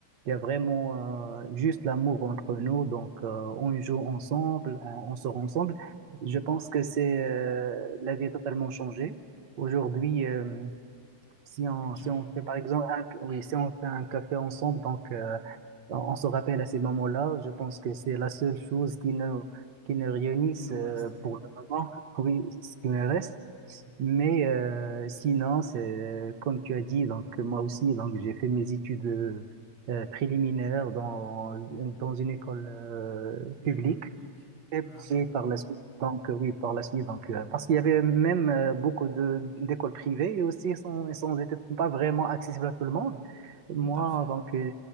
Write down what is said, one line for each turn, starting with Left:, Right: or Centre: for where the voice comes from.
Right: Il y a vraiment euh, juste l'amour entre nous, donc euh, on joue ensemble, on, on sort ensemble. Je pense que c'est euh, la vie a totalement changé. Aujourd'hui, euh, si on,
Left: effectivement.
Right: si on fait par exemple un, oui, si on fait un café ensemble, donc euh, on, on se rappelle à ces moments-là, je pense que c'est la seule chose qui nous, qui nous réunissent
Left: Il nous
Right: euh,
Left: reste, oui,
Right: pour le moment, <laughs> oui, ce qui me reste. Mais euh, sinon, c'est euh, comme tu as dit, donc moi aussi, donc j'ai fait mes études euh, euh, préliminaires dans, dans une école euh,
Left: une
Right: publique.
Left: école publique,
Right: Et
Left: d'accord,
Right: puis par la suite, donc euh, oui, par la suite, donc euh, parce qu'il y avait même euh, beaucoup de d'écoles privées et aussi elles sont, elles sont- elles étaient pas vraiment accessibles à tout le monde. Moi,
Left: tout à fait,
Right: donc euh,